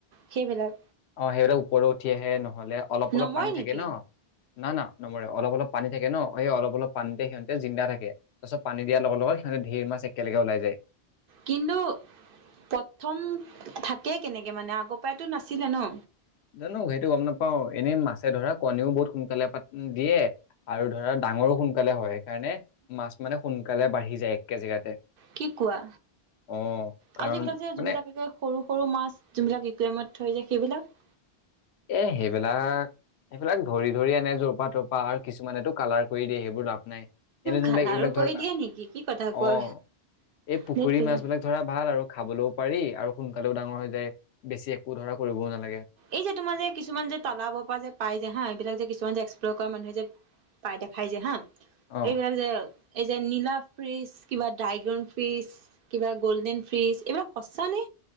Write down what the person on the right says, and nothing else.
সেইবিলাক
নমৰে
নেকি
কিন্তু প্ৰথম থাকেই কেনেকে মানে আগৰ পৰাইতো নাছিলে ন।
কি কোৱা?
আও যিবিলাক যে
যোনবিলাকে সৰু সৰু মাছ যোনবিলাক ইকুৱামত থৈ যে সেইবিলাক
কালাৰো
কৰি দিয়ে নেকি কি কথা কোৱা
সেইটোৱে
এই যে তোমাৰ যে কিছুমান যে তালাবৰ পৰা যে পাই যে হা, এইবিলাক যে কিছুমান যে এক্সপ্লৰ কৰা মানুহে যে পাই দেখাই যে হা।
এইবিলাক যে এই যে নীলা ফ্ৰিজ, কিবা ড্ৰাইগন ফ্ৰিজ কিবা গল্ডেন ফ্ৰিজ, এইবিলাক সঁচা নে?